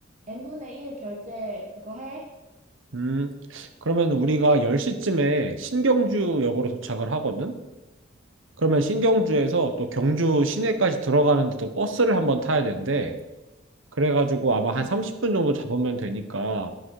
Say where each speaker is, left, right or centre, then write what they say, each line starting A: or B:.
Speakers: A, on the right; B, on the right.
A: n분의 1 결제 그거 해.
B: 음, 그러면 우리가 10시쯤에 신경주역으로 도착을 하거든? 그러면 신경주에서
A: 응,
B: 또 경주 시내까지 들어가는데 또 버스를 한번 타야 되는데, 그래가지고 아마
A: 응,
B: 한 30분 정도 잡으면 되니까